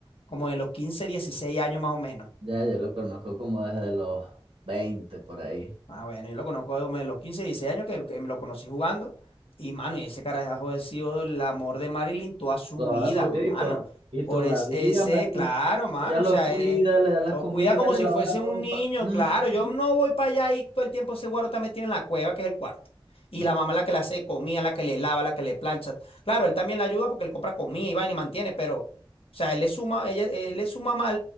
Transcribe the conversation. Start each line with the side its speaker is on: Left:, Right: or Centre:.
Left: como de los 15 16 años más o menos.
Right: Ya, yo lo conozco como desde los 20 por ahí.
Left: Ah, bueno, yo lo conozco de los 15, 16 años que, que lo conocí jugando. Y, mano, y ese carajo ha sido el amor de Marilyn toda su
Right: Toda
Left: vida,
Right: su
Left: mano.
Right: vida y, to- y
Left: Por
Right: todavía
Left: es- ese,
Right: María,
Left: claro, mano,
Right: ella lo
Left: o sea,
Right: cuida,
Left: eh,
Right: le da las
Left: lo
Right: comidas,
Left: cuida como
Right: le
Left: si
Right: lava
Left: fuese
Right: la ropa.
Left: un niño,
Right: Ujú.
Left: claro. Yo no voy para allá y todo el tiempo ese guaro está metido en la cueva, que es el cuarto. Y
Right: De-
Left: la mamá la que le hace comida, la que le lava, la que le plancha. Claro, él también la ayuda porque le compra comida y vaina y mantiene, pero, o sea, él es su, ma- ella, él es su mamá,